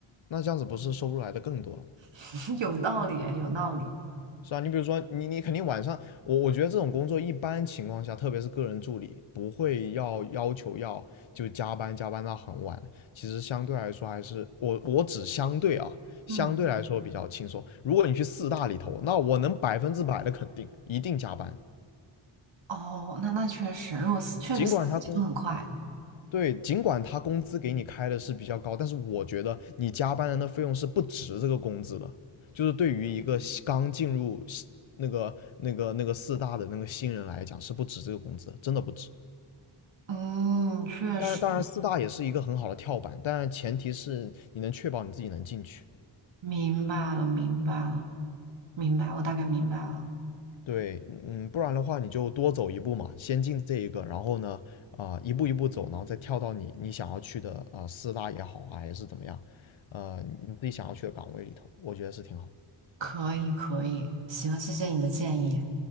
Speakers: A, on the left (about 75°); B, on the right (about 65°).
A: 那这样子不是收入来的更多了吗？
B: <laughs> 有道理哎，有道理。
A: 是啊，你比如说，你你肯定晚上，我我觉得这种工作一般情况下，特别是个人助理，不会要要求要就加班加班到很晚。其实相对来说还是我我只相对啊，
B: 嗯，
A: 相对来说比较轻松。如果你去四大里头，那我能百分之百的肯定，一定加班。
B: 哦，那那确实，如果是确实三个节奏很快，
A: 尽管他工对，尽管他工资给你开的是比较高，但是我觉得你加班人的那费用是不值这个工资的。就是对于一个刚进入那个那个那个四大的那个新人来讲，是不值这个工资真的不值。
B: 嗯，确实
A: 但是当然，四大也是一个很好的跳板，但前提是你能确保你自己能进去。
B: 明白了，明白了，明白，我大概明白了。
A: 对，嗯，不然的话你就多走一步嘛，先进这一个，然后呢，啊、一步一步走，然后再跳到你你想要去的啊、呃四大也好啊，还是怎么样，呃，你自己想要去的岗位里头，我觉得是挺好的。
B: 可以，可以，行，谢谢你的建议。